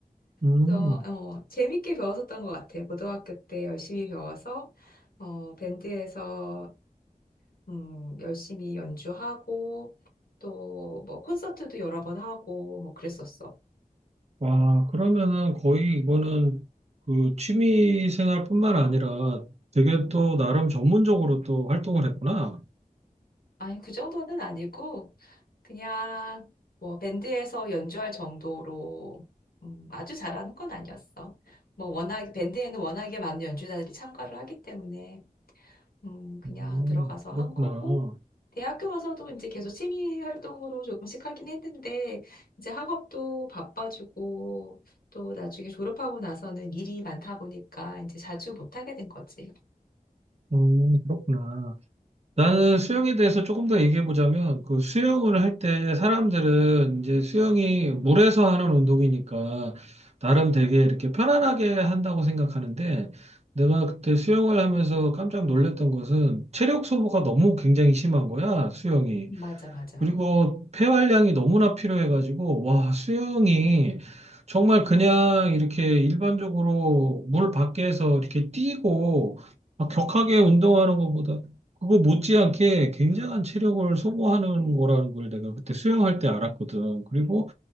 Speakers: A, on the right; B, on the left.
A: 음,
B: 그래서 어, 재밌게 배웠었던 것 같아. 고등학교 때 열심히 배워서 어, 밴드에서 음, 열심히 연주하고 또 뭐 콘서트도 여러 번 하고 뭐 그랬었어.
A: 와, 그러면은 거의 이거는 그 취미 생활뿐만 아니라 되게 또 나름 전문적으로 또 활동을 했구나.
B: 아니, 그 정도는 아니고 그냥 뭐 밴드에서 연주할 정도로 음, 아주 잘하는 건 아니었어. 뭐 워낙 밴드에는 워낙에 많은 연주자들이 참가를 하기 때문에 음, 그냥
A: 음,
B: 들어가서
A: 그렇구나.
B: 한 거고, 대학교 와서도 이제 계속 취미 활동으로 조금씩 하긴 했는데, 이제 학업도 바빠지고, 또 나중에 졸업하고 나서는 일이 많다 보니까 이제 자주 못하게 된 거지.
A: 음, 그렇구나. 나는 수영에 대해서 조금 더 얘기해 보자면 그 수영을 할 때 사람들은 이제 수영이 물에서 하는 운동이니까 나름 되게 이렇게 편안하게 한다고 생각하는데 내가 그때 수영을 하면서 깜짝 놀랐던 것은 체력 소모가 너무 굉장히 심한 거야, 수영이.
B: 응? 맞아, 맞아.
A: 그리고 폐활량이 너무나 필요해가지고, 와, 수영이 정말 그냥 이렇게 일반적으로 물 밖에서 이렇게 뛰고 막 격하게 운동하는 것보다 그거 못지않게 굉장한 체력을 소모하는 거라는 걸 내가 그때 수영할 때 알았거든. 그리고